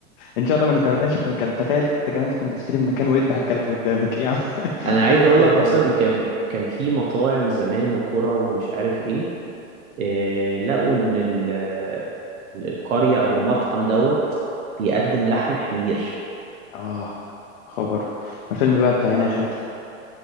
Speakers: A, on the left; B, on the right.
A: ان شاء الله ما نتمناش يكون كلب تخيل انت كمان تكون بتشتري من مكان ويذبح الكلب قدامك ايه يا عم <laughs>
B: انا عايز
A: ايه الافتراء
B: اقول لك
A: ده
B: اصلا
A: يا عم
B: ان كان كان في مطاعم زمان وكرة ومش عارف ايه آه، لقوا ان ال- ال- القرية او المطعم دوت بيقدم لحم حمير
A: اه خبر ما الفيلم بقى بتاع هنا
B: اه
A: يا خالتي